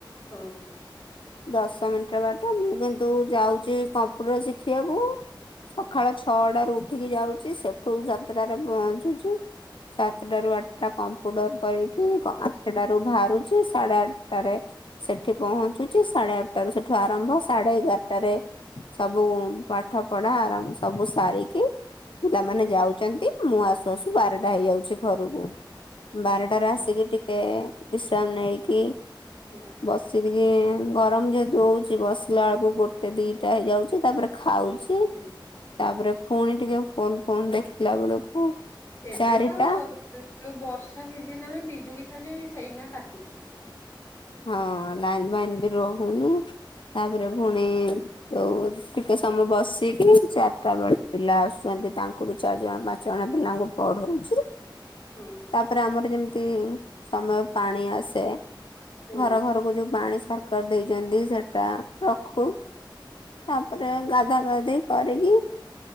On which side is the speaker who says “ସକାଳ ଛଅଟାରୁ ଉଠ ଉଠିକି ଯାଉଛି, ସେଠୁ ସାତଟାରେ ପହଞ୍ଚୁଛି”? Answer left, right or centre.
Left